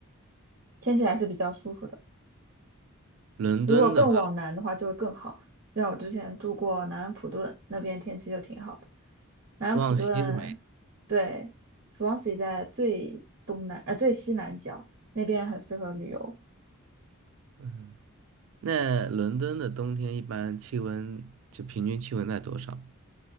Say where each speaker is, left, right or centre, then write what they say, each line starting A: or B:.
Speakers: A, on the right; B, on the right.
A: 天气还是比较舒服的。
B: 伦敦的话，
A: 如果更往南的话，就会更好。像我之前住过南安普顿，那边天气就挺好的。南安普顿，
B: 斯旺西是北，
A: 对，Swansea 在最东南，呃，最西南角，那边很适合旅游，
B: 嗯，那伦敦的冬天一般气温就平均气温在多少？